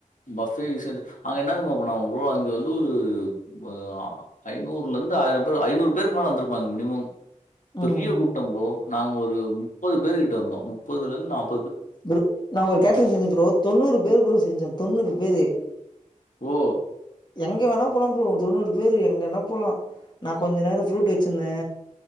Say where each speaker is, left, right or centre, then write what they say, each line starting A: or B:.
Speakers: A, on the left (about 70°); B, on the left (about 35°).
A: பஃபே ஈசியா இருந்துது அங்க என்னா தெரிமா பண்ணாங்க ப்ரோ அங்க வந்து ஒரு இது ஆ ஐநூறுலந்து ஆயிரம் பேர் ஐநூறு பேருக்கு மேல வந்துருப்பாங்க மினிமம் பெரிய
B: ம்
A: கூட்டம் ப்ரோ நாங்க ஒரு முப்பது பேரு கிட்ட இருந்தோ முப்பதுல இருந்து நாப்
B: ப்ரோ நா ஒரு கேட்டரிங் செஞ்சே ப்ரோ தொண்ணூறு பேரு ப்ரோ செஞ்சே தொண்ணூறு பேரு
A: ஓ
B: எங்க வேணா போலாம் ப்ரோ தொண்ணூறு பேர் எங்கனா போலா நா கொஞ்சநேரம் ஃப்ரூட் வச்சிருந்தே